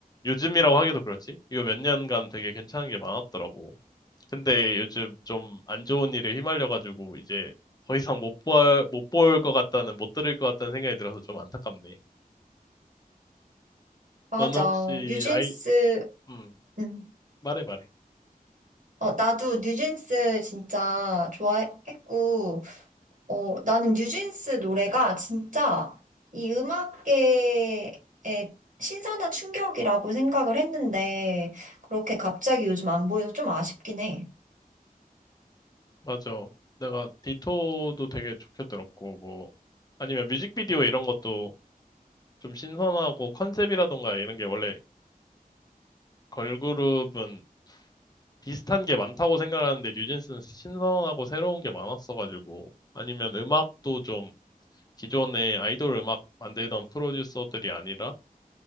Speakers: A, on the left (about 25°); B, on the right (about 60°).
A: 요즘이라고 하기도 그렇지? 이거 몇 년간 되게 괜찮은 게 많았더라고. 근데 요즘 좀 안 좋은 일에 휘말려가지고 이제 더 이상 못 볼, 못 볼 것 같다는, 못 들을 것 같다는 생각이 들어서 좀 안타깝네.
B: 맞아.
A: 너는 혹시
B: 뉴진스,
A: 아이, 음,
B: 음.
A: 말해 말해.
B: 어, 나도 뉴진스 진짜 좋아했고, 어, 나는 뉴진스 노래가 진짜 이 음악계에 신선한 충격이라고 생각을 했는데, 그렇게 갑자기 요즘 안 보여서 좀 아쉽긴 해.
A: 맞아. 내가 디토도 되게 좋게 들었고, 뭐, 아니면 뮤직비디오 이런 것도 좀 신선하고 컨셉이라던가 이런 게 원래 걸그룹은 비슷한 게 많다고 생각하는데 뉴진스는 신선하고 새로운 게 많았어가지고, 아니면 음악도 좀 기존의 아이돌 음악 만들던 프로듀서들이 아니라